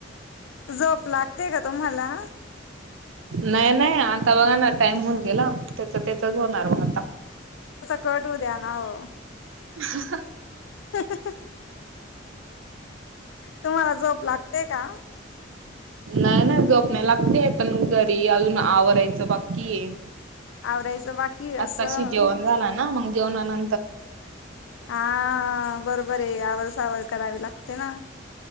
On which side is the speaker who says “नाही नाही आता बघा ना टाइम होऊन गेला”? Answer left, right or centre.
Right